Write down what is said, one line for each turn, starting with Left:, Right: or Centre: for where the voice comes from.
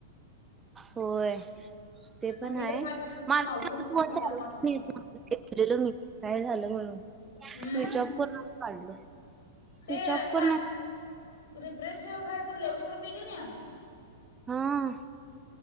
Right: होय. ते
Left: मम्मी
Right: पण
Left: तर
Right: आहे
Left: माझ्या
Right: <unintelligible>
Left: मावशी सगळ्यांना लावून दिलं
Right: काय झालं म्हणून? स्विच
Left: हम्म
Right: ऑफ <unintelligible> काढलो.
Left: ते
Right: स्विच
Left: <unintelligible>
Right: ऑफ करून
Left: रिफ्रेश व्हायला तर लई उशीर होतंय क नाई?
Right: हां